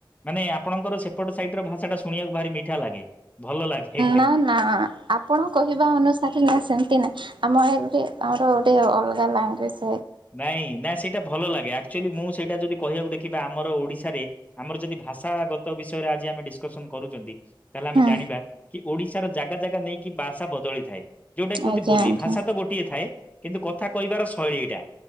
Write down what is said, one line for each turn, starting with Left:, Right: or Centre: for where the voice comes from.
Left: ମାନେ ଆପଣଙ୍କର ସେପଟ ସାଇଟ ର ଭାଷା ଟା ଶୁଣିବାକୁ ଭାରି ମିଠା ଲାଗେ ଭଲ ଲାଗେ।
Right: ନାଁ ଆପଣ କହିବା ଅନୁସାରେ ନା ସେମତି ନାଇଁ। ଆମ ଏପଟେ ଆମର ଗୋଟେ ଅଲଗା ଲାଙ୍ଗୁଏଜ୍।
Left: ନାଇଁ ନା ସେଇଟା ଭଲ ଲାଗେ। ଆକ୍ଚୁଆଲି ମୁଁ ସେଇଟା ଯଦି କହିବାକୁ ଦେଖିବା ଆମର ଓଡିଶାରେ ଆମର ଯଦି ଭାଷାଗତ ବିଷୟରେ ଆଜି ଆମେ ଡିସ୍କସନ କରୁଚନ୍ତି ତାହେଲେ ଆମେ
Right: ହୁଁ
Left: ଜାଣିବା କି ଓଡିଶାର ଜାଗା ଜାଗା ନେଇକି ଭାଷା ବଦଳିଥାଏ। ଯୋଉଟା କି କୁହନ୍ତି
Right: ଆଜ୍ଞା
Left: ବୋଲି
Right: ଆଜ୍ଞା
Left: ଭାଷା ତ ଗୋଟିଏ ଥାଏ କିନ୍ତୁ କଥା କହିବାର ଶୈଳୀ ଏଇଟା।